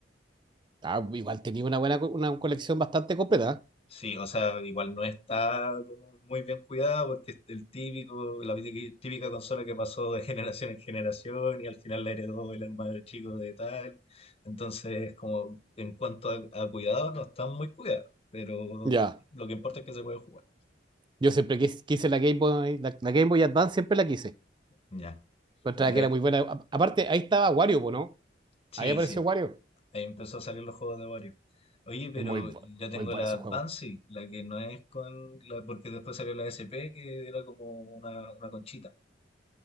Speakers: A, on the right; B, on the left.
A: Ah, igual tenía una buena co- una colección bastante completa.
B: Sí, o sea, igual no está como muy bien cuidada porque es el típico, la típica típica consola que pasó de generación en generación y al final la heredó el hermano chico de tal. Entonces, como en cuanto a, a cuidado, no están muy cuidadas, pero
A: ¿eh? Ya.
B: lo que importa es que se puede jugar.
A: Yo siempre quis- quise la Game Boy, la, la Game Boy Advance, siempre la quise.
B: Ya.
A: Encontraba
B: Pero
A: que era
B: eh,
A: muy buena. A- aparte, ahí estaba Wario, po, ¿no?
B: sí,
A: Ahí apareció
B: sí,
A: Wario.
B: ahí empezó a salir los juegos de Wario. Oye, pero
A: Es muy, bu-
B: yo tengo
A: muy bueno
B: la
A: ese
B: Advance,
A: juego.
B: sí, la que no es con la, porque después salió la SP, que era como una, una conchita.